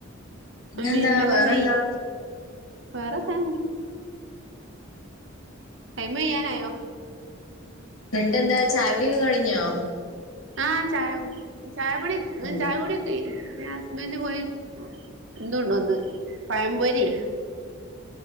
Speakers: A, on the left (about 80°); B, on the right (about 60°).
A: പിന്നെന്താ
B: മിൽമന്റെ
A: വേറെന്താ
B: നെയ്യ് വേറെന്താ ടൈമ് കയ്യാനായോ
A: എന്നിട്ടെന്താ ചായുടിയൊക്കെ കഴിഞ്ഞോ
B: ആഹ് ചായ ചായ കുടി
A: ഉം
B: ചായ കുടി പിന്നെ ഹസ്ബൻഡ് പോയി എന്തുകൊണ്ടോന്ന് പഴംപൊരി